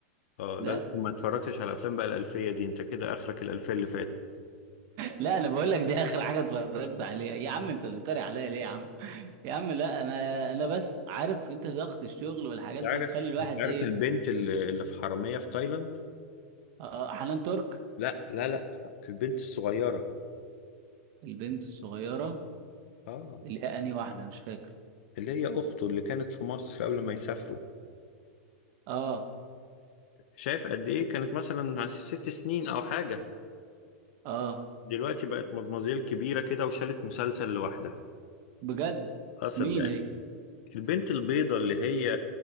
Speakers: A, on the left (about 65°); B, on the right (about 50°).
A: اه لا
B: ده
A: انت ما اتفرجتش على افلام بقى الالفية دي انت كده اخرك الالفية اللي فاتت
B: لا انا بقول لك دي اخر حاجه اتفرجت عليها يا عم انت بتتريق عليا ليه يا عم يا عم لا انا انا بس عارف انت ضغط الشغل والحاجات
A: انت
B: دي
A: عارف
B: تخلي الواحد
A: انت عارف
B: ايه
A: البنت اللي اللي في حرامية في تايلاند
B: آه حنان ترك
A: لا لا لا البنت الصغيرة
B: البنت الصغيره
A: اه
B: اللي هي انهي واحده مش فاكر
A: اللي هي اخته اللي كانت في مصر قبل ما يسافروا
B: اه
A: شايف قد ايه كانت مثلا س- ست سنين او حاجة
B: اه
A: دلوقتي بقت مدمزيل كبيرة كده وشالت مسلسل لوحدها
B: بجد
A: اقصد
B: مين
A: ده
B: هي
A: البنت البيضة اللي هي